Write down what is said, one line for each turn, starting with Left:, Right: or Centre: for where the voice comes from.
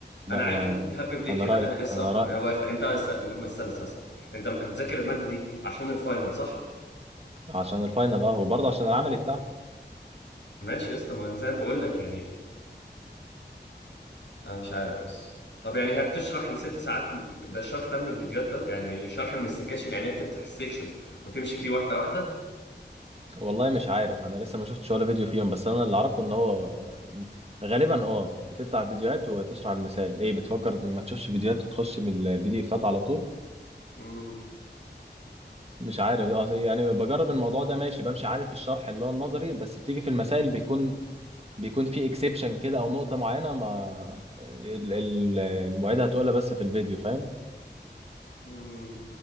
Right: لا
Left: انا عارف
Right: أنا
Left: انت بتهبب ليه
Right: أنا
Left: كده
Right: رأيي
Left: انا قصه
Right: أنا رأيي
Left: من ابو اخر انت است- م- استنى استنى استنى انت هتذاكر الماده دي عشان الفاينل صح
Right: عشان الفاينل أه وبرضه عشان العمل بتاعها
Left: ماشي يا اسطى ما أنا زي ما بقول لك يعني انا مش عارف يا اسطى طب يعني هي بتشرح الست ساعات م- ده الشرح ده من الفيديوهات بس يعني شرح من السكاشن يعني هي بتفتح السكشن وتمشي فيه واحده واحده
Right: والله مش عارف انا لسه ما شفتش ولا فيديو فيهم بس انا اللي اعرفه ان هو غالبا اه بتفتح فيديوهات وتشرح المسائل ايه بتفكر ان ما تشوفش فيديوهات وتخش من البي دي افات على طول
Left: امم
Right: مش عارف آه، يعني بجرب الموضوع ده ماشي بمشي عارف الشرح اللي هو النظري بس بتيجي في المسائل بيكون بيكون في اكسبشن كده او نقطة معينة ما ال- ال- المعيدة هتقولها بس في الفيديو فاهم
Left: امم